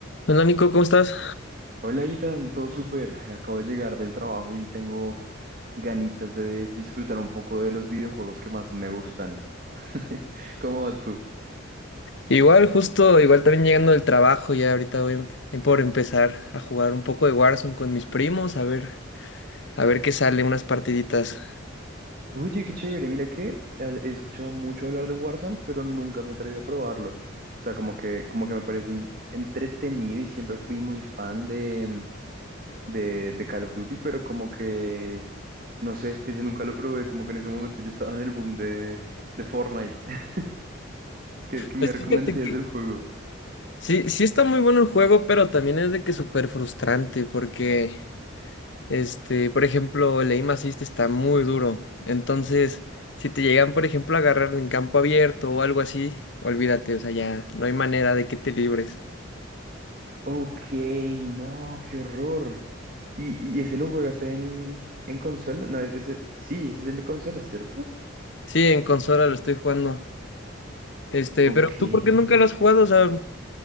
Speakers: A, on the left; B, on the right.
A: Hola Nico, ¿cómo estás?
B: Hola, Itan, todo súper. Acabo de llegar del trabajo y tengo ganitas de disfrutar un poco de los videojuegos que más me gustan. <laughs> ¿Cómo vas tú?
A: Igual, justo, igual también llegando del trabajo, ya ahorita voy em- em- por empezar a jugar un poco de Warzone con mis primos, a ver, a ver qué sale, unas partiditas.
B: Oye, qué chévere. Mira que habl- he escuchado mucho hablar de Warzone, pero nunca me atreví a probarlo. O sea, como que, como que me parece in- entretenido y siempre fui muy fan de, de, de Call of Duty, pero como que, no sé, ese nunca lo probé. Como que en ese momento yo estaba en el boom de, de Fortnite. <laughs> ¿Qué, qué
A: Pues
B: me recomendarías
A: fíjate que
B: del juego?
A: sí, sí está muy bueno el juego, pero también es de que súper frustrante, porque, este, por ejemplo, el aim assist está muy duro. Entonces, si te llegan, por ejemplo, a agarrar en campo abierto o algo así, olvídate, o sea, ya no hay manera de que te libres.
B: Ok, no, qué horror. ¿Y, y ese lo juegas en, en consola? No, e- ese, sí, ese es el de consola, ¿cierto?
A: Sí, en consola lo estoy jugando. Este,
B: Ok.
A: pero tú, ¿por qué nunca lo has jugado? O sea,